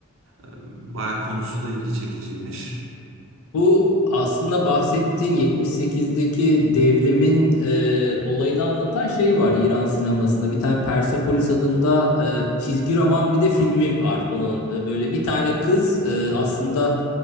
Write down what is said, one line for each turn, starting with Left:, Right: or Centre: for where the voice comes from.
Right: Ee, Baya konusu da ilgi çekiciymiş.
Left: Bu aslında bahsettiğin 78'deki devrimin e, olayını anlatan şey var İran sinemasında. Bir tane Persepolis adında e, çizgi roman bir de filmi var onun. E, böyle bir tane kız e, aslında